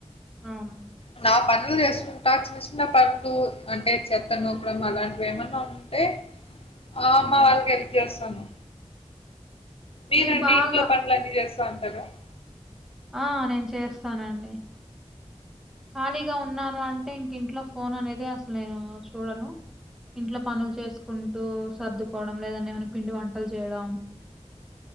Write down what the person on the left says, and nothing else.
కద పనులు చేసుకుంటా చిన్న చిన్న పనులు అంటే చెత్త నొకడం అలాంటివి ఏమన్నా ఉంటే ఆ
అమ్మ వాళ్ళకి హెల్ప్ చేస్తాను మీనంటే
ఇంట్లో పనులు అన్ని చేస్త సంతలు <unintelligible>